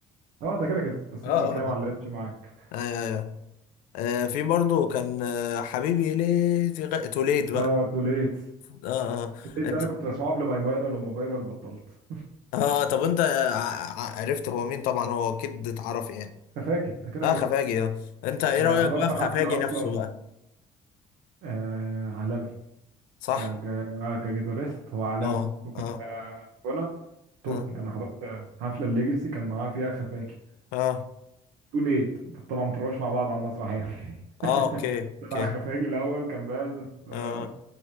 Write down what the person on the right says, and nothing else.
اه ده كده كده بس
انت هتلاقيها
ما علقتش معاك
اه توليت
توليت
ده انا كنت بسمعه قبل ما يفيرال وما فيرال بطلت
تفاجئ ده كده
كده
انا
حضرت
حفلة
اصلا
آه عالمي
ك ج- آه، كجيتارست هو عالمي
وك
آه، غنى توب
انا حضرت آه، حفله الليجاسي كان معاه فيها خفاجي
تو ليت بس طبعا ما تروحوش مع بعض على المسرح يعني
<laughs>
طلع خفاجي الاول كان بيعزف آه،